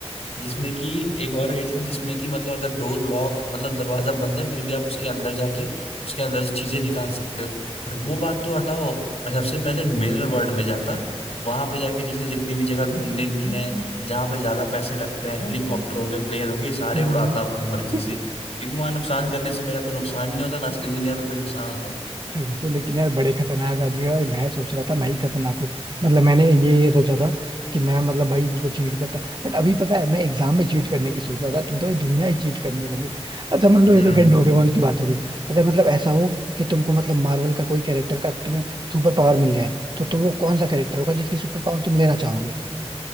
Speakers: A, on the left (about 80°); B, on the right (about 45°).
A: जिसमें कि एक और एडिशन जिसमें कि मतलब अगर डोर लॉक मतलब दरवाजा बंद है फिर भी आप उसके अंदर जाके उसके अंदर से चीजें निकाल सकते हो और वो बात तो हटाओ मैं सबसे पहले मिरर वर्ल्ड में जाता वहां पे जाके जैसे जितनी भी जगह घूमने की है जहाँ पे ज्यादा पैसे लगते हैं हेलीकॉप्टर हो गए प्लेन हो गए ये सारे
B: हम्म
A: उड़ाता अपनी मर्जी
B: <laughs>
A: से क्योंकि वहां नुकसान
B: भाई
A: करने से मेरा कोई नुकसान भी नहीं होता ना असली दुनिया में कोई नुकसान होता
B: तुम तो लेकिन यार बड़े खतरनाक आदमी हो भाई मैं सोच रहा था मैं ही खतरनाक हूँ मतलब मैंने ये ये सोचा था कि मैं मतलब भाई उनको चीट करता बट अभी पता है मैं एग्जाम में चीट करने की सोच रहा था तुम तो भाई दुनिया ही चीट करने लगे अच्छा मान लो ये
A: हम्म
B: तो खैर डोरेमोन की बात हो गई अगर मतलब ऐसा हो कि तुमको मतलब मार्वल का कोई कैरेक्टर का तुम्हें सुपर पावर मिल जाए तो, तो वो कौन सा कैरेक्टर होगा जिसकी सुपर पावर तुम लेना चाहोगे